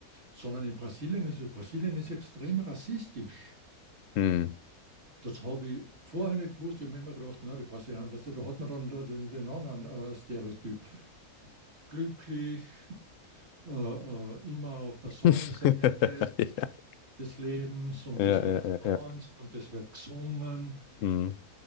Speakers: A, on the right (about 45°); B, on the left (about 65°).
A: sondern in Brasilien ist es, Brasilien ist extrem rassistisch.
B: Hm.
A: Das habe ich vorher nicht gewusst. Ich habe mir immer gedacht, na, die Brasilianer, weißt du, da hat man dann da den, den anderen äh, Stereotyp. Glücklich, äh, äh, immer auf der Sonnenseite
B: <laughs>
A: des Lebens und
B: Ja,
A: es wird
B: ja, ja,
A: getanzt
B: ja. ja.
A: und es wird gesungen
B: Hm.